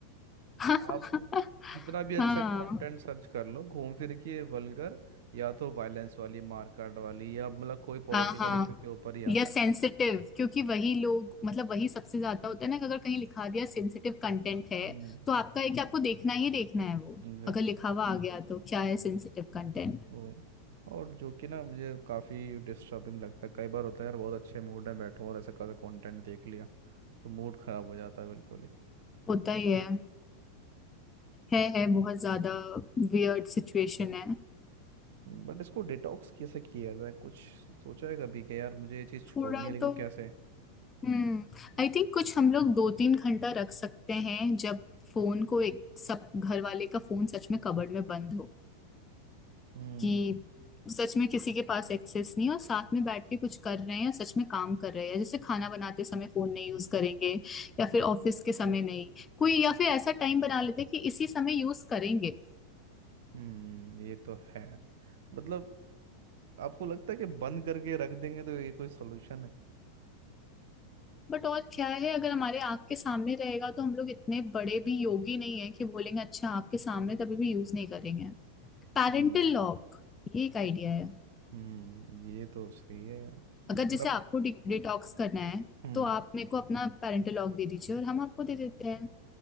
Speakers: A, on the left; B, on the right.
A: <laughs>
B: आप जितना
A: हाँ
B: भी अच्छा
A: हाँ
B: कंटेंट सर्च कर लो घूम फिर के वल्गर या तो वायलेंस वाली मारकाट वाली या मतलब कोई पॉलिटिकल
A: हाँ हाँ
B: इशू के ऊपर ही
A: या
B: आता
A: सेंसिटिव
B: है
A: क्योंकि वही लोग मतलब वही सबसे ज्यादा होता है ना कि अगर कहीं लिखा दिया सेंसिटिव कंटेंट है
B: हम्म
A: तो आपका है कि आपको देखना ही देखना है वो
B: एग्जैक्टली
A: अगर लिखा हुआ आ गया तो क्या है सेंसिटिव कंटेंट
B: वही और जो कि ना मुझे काफ़ी डिस्टर्बिंग लगता है कई बार होता है यार बहुत अच्छे मूड में बैठूं और ऐसा कैसा कंटेंट देख लिया तो मूड खराब हो जाता है बिल्कुल ही
A: होता ही है है है बहुत ज्यादा वियर्ड सिचुएशन है
B: बट इसको डिटॉक्स कैसे किया जाए कुछ सोचा है कभी कि यार मुझे ये चीज़ छोड़नी
A: थोड़ा
B: है लेकिन
A: तो
B: कैसे
A: हम्म आई थिंक कुछ हम लोग दो तीन घंटा रख सकते हैं जब फोन को एक सब घर वाले का फोन सच में कबर्ड में बंद हो
B: हम्म
A: कि सच में किसी के पास एक्सेस नहीं है और साथ में बैठ के कुछ कर रहे हैं या सच में काम कर रहे हैं जैसे खाना बनाते समय फोन नहीं यूज करेंगे या फिर ऑफिस के समय नहीं कोई या फिर ऐसा टाइम बना लेते हैं कि इसी समय यूज करेंगे
B: हम्म ये तो है मतलब आपको लगता है कि बंद करके रख देंगे तो ये कोई सोल्यूशन है
A: बट और क्या है अगर हमारे आंख के सामने रहेगा तो हम लोग इतने बड़े भी योगी नहीं है कि बोलेंगे अच्छा आंख के सामने तभी भी यूज नहीं करेंगे पेरेंटल
B: हम्म
A: लॉक ये एक आइडिया है
B: हम्म ये तो सही है
A: अगर
B: मतलब
A: जैसे आपको डिटॉक्स करना है
B: हम्म
A: तो आप मेरे को अपना पेरेंटल लॉक दे दीजिए और हम आपको दे देते हैं